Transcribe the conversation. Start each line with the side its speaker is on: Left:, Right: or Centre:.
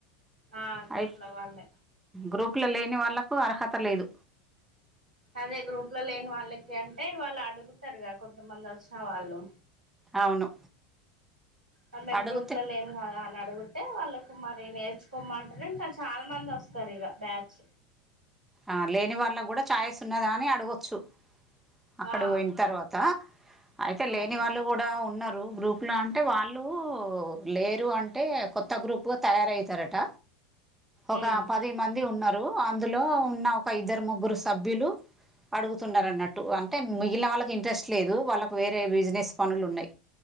Right: ఆ గ్రూప్ల
Centre: అయి
Right: వాళ్ళే
Centre: గ్రూప్ లో లేని వాళ్లకు అర్హత లేదు
Right: అదే గ్రూప్ లో లేని వాళ్లకి అంటే వాళ్లు అడుగుతారుగా కొంతమంది వచ్చిన వాళ్లు
Centre: అవును
Right: అ మేము
Centre: అడిగితే
Right: గ్రూప్ ల్లో లేమ్ కదా అని అడుగు అంటే వాళ్ళకి మరి నేర్చుకోమంటేనే ఇంకా చాలా మంది వస్తారు ఇక బ్యాచ్
Centre: ఆ లేని వాళ్ళకి కూడా ఛాయిస్ ఉన్నదా అని అడగొచ్చు అక్కడ
Right: ఆ
Centre: పోయిన తర్వాత అయితే
Right: అవును
Centre: లేని వాళ్ళు కూడా ఉన్నారు గ్రూప్ లో అంటే వాళ్ళు లేరు అంటే కొత్త గ్రూప్ గా తయారవుతారట ఒక
Right: ఉమ్
Centre: పది మంది ఉన్నారు అందులో ఉన్న ఒక ఇద్దరు ముగ్గురు సభ్యులు అడుగుతున్నారు అన్నట్టు అంటే మిగిలిన వాళ్ళకి ఇంట్రెస్ట్ లేదు వాళ్ళకి వేరే బిజినెస్ పనులు ఉన్నాయి